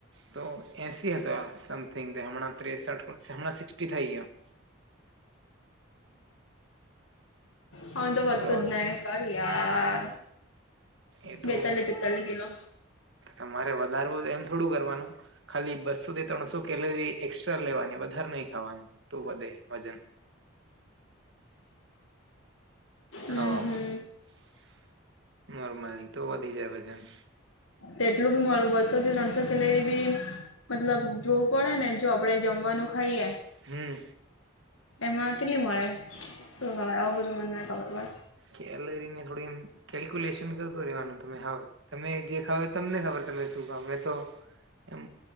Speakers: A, on the right; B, on the left.
A: તો એસી હતો આમ સમથિંગ હમણાં ત્રેસઠ હમણાં સિક્સટી થઈ ગ્યો.
B: મારું તો વદતું
A: લોસ
B: જ નઈ કાંઈ યાર
A: એ તો
B: બેતાલી તેતાલી કિલો.
A: તમારે વધારવું તો એમ થોડું કરવાનું ખાલી બસો થી ત્રણસો કેલરી એ એક્સ્ટ્રા લેવાની વધારે નહી ખાવાનું તો વધે વજન.
B: હમ
A: ખાવામાં
B: હમ
A: નોર્મલી તો વધી વજન.
B: તેટલું બી મારૂ બસો થી ત્રણસો કેલેરી બી મતલબ જોવું પડે ને જો આપડે જમવાનું ખાઈએ
A: હમ્મ.
B: એમાં કેટલી મળે શું ખબર આવું બધું મને નઈ ખબર પડે.
A: કેલરી ને થોડી એમ કેલ્ક્યુલેશન કરતું રેવાનું તમે હાવ તમે જે ખાવ તમને ખબર તમે શું ખાઓ મેં તો એમ